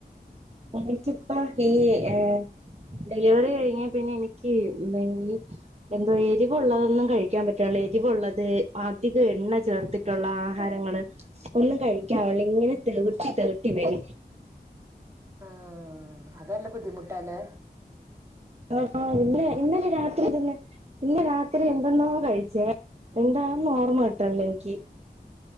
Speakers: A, on the right; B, on the right.
A: എനിക്കിപ്പ ഈ ഏഹ് ഡെലിവറി കഴ്ഞ്ഞ പിന്ന എനിക്ക് <unintelligible> എന്തൊ എരിവുള്ളതൊന്നും കഴിക്കാൻ പറ്റൺല എരിവുള്ളത് അധികം എണ്ണ ചേർത്ത് ട്ടുള്ള ആഹാരങ്ങള് ഒന്നും കഴിക്കാവ്ള്ള ഇങ്ങനെ തെവ്ട്ടി തെവ്ട്ടി വരും
B: ആഹ് അതല്ല ബുദ്ധിമുട്ടാല്ലേ
A: ആഹ് ആഹ് ഇന്ന് ഇന്നലെ രാത്രി തിന്നെ പിന്നെ രാത്രി എന്തെന്നോ കഴ്ച്ചെ എന്താന്ന് ഓർമ്മ കിട്ട്ണ്ല്ല എനിക്ക്